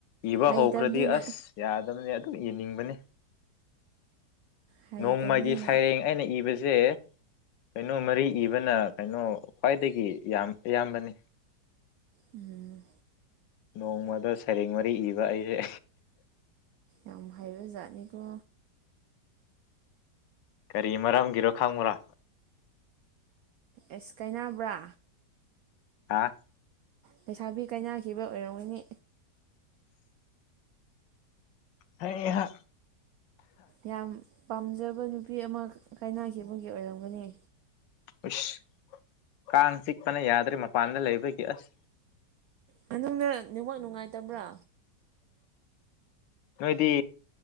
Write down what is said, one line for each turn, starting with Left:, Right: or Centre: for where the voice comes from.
Left: ꯏꯕ
Right: ꯍꯩꯇꯕꯅꯤꯅ
Left: ꯍꯧꯈ꯭ꯔꯗꯤ ꯑꯁ ꯌꯥꯗꯝꯅꯦ ꯑꯗꯨꯝ ꯏꯅꯤꯡꯕꯅꯦ
Right: ꯍꯩꯇꯕꯅꯤꯅ
Left: ꯅꯣꯡꯃꯒꯤ ꯁꯩꯔꯦꯡ ꯑꯩꯅ ꯏꯕꯁꯦ ꯀꯩꯅꯣ ꯃꯔꯤ ꯏꯕꯅ ꯀꯩꯅꯣ ꯈ꯭ꯋꯥꯏꯗꯒꯤ ꯌꯥꯝ ꯑꯌꯥꯝꯕꯅꯦ
Right: ꯎꯝ
Left: ꯅꯣꯡꯃꯗ ꯁꯩꯔꯦꯡ ꯃꯔꯤ ꯏꯕ ꯑꯩꯁꯦ
Right: ꯌꯥꯝ ꯍꯩꯕ ꯖꯥꯠꯅꯤꯀꯣ
Left: ꯀꯔꯤ ꯃꯔꯝꯒꯤꯔꯣ ꯈꯪꯕꯔꯥ
Right: ꯑꯦꯁ ꯀꯩꯅꯕ꯭ꯔꯥ
Left: ꯍꯥꯥ
Right: ꯂꯩꯁꯥꯕꯤ ꯀꯥꯏꯅꯥꯈꯤꯕ ꯑꯣꯏꯔꯝꯒꯅꯤ
Left: ꯍꯩꯍꯥ
Right: ꯌꯥꯝ ꯄꯥꯝꯖꯕ ꯅꯨꯄꯤ ꯑꯃ ꯀꯥꯏꯅꯈꯤꯕꯒꯤ ꯑꯣꯏꯔꯝꯒꯅꯤ
Left: ꯎꯁ ꯀꯥꯡ ꯆꯤꯛꯄꯅ ꯌꯥꯗ꯭ꯔꯦ ꯃꯄꯥꯟꯗ ꯂꯩꯕꯒꯤ ꯑꯁ
Right: ꯃꯅꯨꯡꯗ ꯅꯦꯠꯋꯥꯛ ꯅꯨꯡꯉꯥꯏꯇꯕ꯭ꯔꯥ
Left: ꯅꯣꯏꯗꯤ